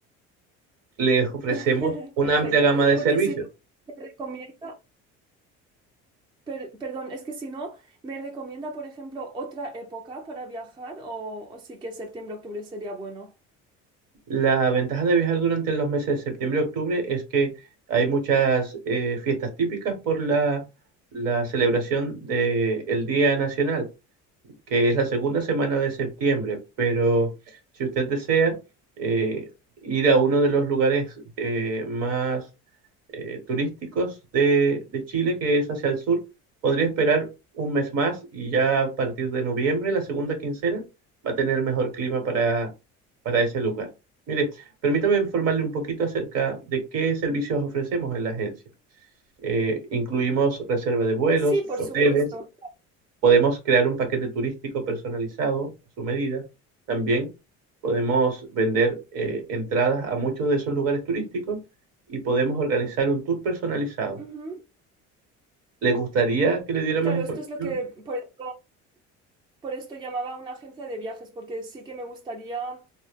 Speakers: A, on the right; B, on the right.
A: Les ofrecemos
B: <laughs>
A: una
B: Perfecto.
A: amplia gama de
B: Porque
A: servicios.
B: si no, me recomienda, per- perdón, es que si no, me recomienda, por ejemplo, otra época para viajar o, o sí que septiembre, octubre sería bueno.
A: La ventaja de viajar durante los meses de septiembre y octubre es que hay muchas eh, fiestas típicas por la, la celebración del Día Nacional que es la segunda semana de septiembre, pero si usted desea eh, ir a uno de los lugares eh, más eh, turísticos de, de Chile, que es hacia el sur, podría esperar un mes más y ya a partir de noviembre, la segunda quincena, va a tener mejor clima para, para ese lugar. Mire, permítame informarle un poquito acerca de qué servicios ofrecemos en la agencia. Eh, incluimos reserva de vuelos,
B: Sí, por
A: hoteles,
B: supuesto.
A: Podemos crear un paquete turístico personalizado a su medida. También podemos vender eh, entradas a muchos de esos lugares turísticos y podemos organizar un tour personalizado.
B: Ujú.
A: ¿Le gustaría que le diera
B: Claro,
A: más información?
B: esto es lo que, por esto, por esto llamaba a una agencia de viajes, porque sí que me gustaría